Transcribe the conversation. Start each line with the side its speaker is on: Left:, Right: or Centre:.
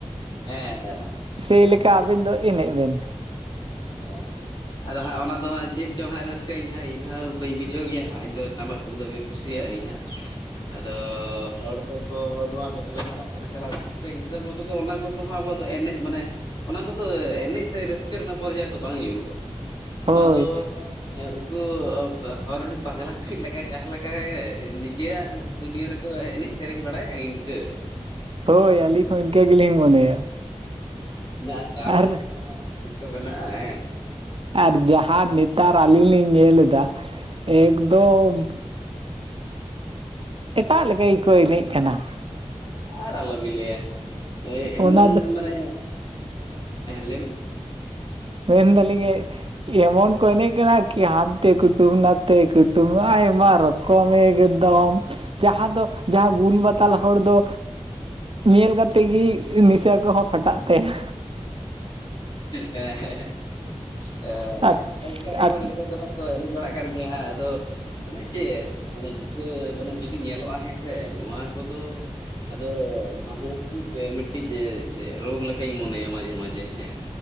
Left: ᱦᱮᱸ ᱦᱮᱸ ᱦᱮᱸ
Right: ᱥᱮ ᱞᱮᱠᱟ ᱟᱵᱤᱱ ᱫᱚ ᱮᱱᱮᱡ ᱵᱤᱱ
Left: <inaudible> ᱟᱫᱚ ᱦᱟᱸᱜ ᱚᱱᱟ ᱫᱚ ᱦᱟᱸᱜ ᱪᱮᱫ ᱪᱚᱝ ᱦᱟᱸᱜ ᱨᱟᱹᱥᱠᱟᱹ ᱟᱹᱧ ᱦᱟᱸᱜ ᱤᱧ ᱦᱚᱸ ᱵᱟᱹᱧ ᱵᱩᱡᱷᱟᱹᱣ ᱜᱮᱭᱟ ᱦᱟᱸᱜ ᱤᱧᱫᱚ ᱴᱟᱢᱟᱠ ᱛᱩᱢᱫᱟᱜ ᱜᱮ ᱠᱩᱥᱤᱭᱟᱜ ᱟᱹᱧ ᱦᱟᱸᱜ ᱟᱫᱚ ᱦᱚᱲ ᱠᱚᱠᱚ ᱱᱚᱣᱟ ᱠᱚ ᱪᱟᱞᱟᱜ ᱠᱟᱱᱟ ᱪᱟᱞᱟᱣ ᱫᱚ ᱠᱤᱱᱛᱩ ᱦᱤᱥᱟᱹᱵ ᱢᱚᱛᱚ ᱫᱚ ᱚᱱᱟ ᱠᱚᱫᱚ ᱟᱵᱚ ᱫᱚ ᱮᱱᱮᱡ ᱢᱟᱱᱮ ᱚᱱᱟ ᱠᱚᱫᱚ ᱮᱱᱮᱡ ᱥᱮ ᱨᱟᱹᱥᱠᱟᱹ ᱨᱮᱱᱟᱜ ᱯᱚᱨᱡᱟᱭᱫᱚ ᱵᱟᱝ ᱧᱩᱨᱩᱜᱼᱟ᱾
Right: ᱦᱳᱭ
Left: ᱚᱱᱟ ᱫᱚ ᱩᱱᱠᱩ ᱦᱚᱨ ᱨᱮᱱ ᱯᱟᱜᱽᱞᱟ ᱠᱚ ᱞᱮᱠᱟ ᱡᱟᱦᱟᱸᱮᱠᱟ ᱱᱤᱡᱮᱨᱭᱟᱜ ᱫᱩᱱᱭᱟᱹ ᱨᱮᱠᱚ ᱮᱱᱮᱡ ᱥᱮᱨᱮᱧ ᱵᱟᱲᱟᱭᱟ ᱤᱱᱠᱟᱹ
Right: ᱦᱳᱭ ᱟᱹᱞᱤᱧ ᱦᱚᱸ ᱤᱱᱠᱟᱹ ᱜᱮᱞᱤᱧ ᱢᱚᱱᱮᱭᱟ
Left: ᱢᱮᱱᱟᱜᱼᱟ ᱛᱟᱞ
Right: ᱟᱨ
Left: ᱠᱚ ᱢᱮᱱᱟᱜᱼᱟ ᱪᱮᱫ ᱠᱚ ᱢᱮᱱᱟᱜᱼᱟ ᱦᱮᱸ
Right: ᱟᱨ ᱡᱟᱦᱟᱸ ᱱᱮᱛᱟᱨ ᱟᱹᱞᱤᱧ ᱞᱤᱧ ᱧᱮᱞ ᱮᱫᱟ ᱮᱠᱫᱚᱢ ᱮᱴᱟᱜ ᱞᱮᱠᱟ ᱜᱮᱠᱚ ᱮᱱᱮᱡ ᱠᱟᱱᱟ
Left: ᱟᱨ ᱟᱞᱚᱵᱤᱱ ᱞᱟᱹᱭᱟ ᱮᱢᱚᱱ
Right: ᱚᱱᱟ ᱫᱚ
Left: ᱢᱟᱱᱮ ᱞᱟᱹᱭᱵᱤᱱ
Right: ᱢᱮᱱᱫᱟᱞᱤᱧ ᱜᱮ ᱮᱢᱚᱱ ᱠᱚ ᱮᱱᱮᱡ ᱠᱟᱱᱟ ᱠᱤ ᱦᱟᱱᱛᱮ ᱠᱩᱴᱩᱢ ᱱᱟᱛᱮ ᱠᱩᱴᱩᱢ ᱟᱭᱢᱟ ᱨᱚᱠᱚᱢ ᱠᱚᱢ ᱮᱠᱫᱚᱢ ᱡᱟᱦᱟᱸ ᱫᱚ ᱡᱟᱦᱟᱸ ᱵᱩᱞ ᱢᱟᱛᱟᱞ ᱦᱚᱲ ᱫᱚ ᱧᱮᱞ ᱠᱟᱛᱮᱫ ᱜᱮ ᱱᱤᱥᱟᱹ ᱠᱚᱦᱚᱸ ᱯᱷᱟᱴᱟᱜ ᱛᱟᱭᱟ
Left: ᱦᱮᱸ ᱦᱸ
Right: ᱟᱨ
Left: ᱚᱱᱠᱟ
Right: ᱟᱨ
Left: ᱱᱤᱛᱚᱜ ᱫᱚ ᱦᱟᱜ ᱮᱱᱮᱡ ᱵᱟᱲᱟᱜ ᱠᱟᱱ ᱜᱮᱭᱟ ᱦᱟᱸ ᱟᱫᱚ ᱢᱟᱱᱮ ᱪᱮᱫ, ᱢᱟᱱᱮ ᱦᱤᱛᱟᱹ ᱢᱟᱱᱮ ᱡᱩᱫᱤ ᱧᱮᱞᱚᱜᱼᱟ, ᱦᱮᱸᱥᱮ ᱱᱚᱣᱟ ᱠᱚᱫᱚ ᱟᱫᱚᱻ ᱢᱟ, ᱱᱤᱠ ᱢᱤᱫᱴᱤᱡ ᱨᱳᱜᱽ ᱞᱮᱠᱟᱧ ᱢᱚᱱᱮᱭᱟ ᱢᱟᱡᱮ ᱦᱮᱸ